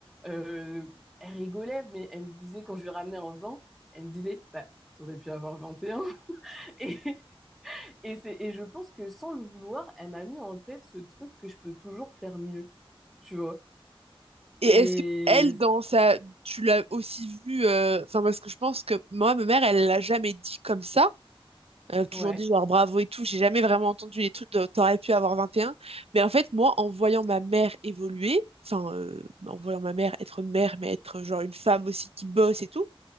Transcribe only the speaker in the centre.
Euh, elle rigolait, mais elle me disait, quand je lui ramenais un vin, elle me disait, bah, t'aurais pu avoir 21. Et, un. <laughs> et, et, c'est- et je pense que sans le vouloir, elle m'a mis en tête ce truc que je peux toujours faire mieux, tu vois.
Et
ouais,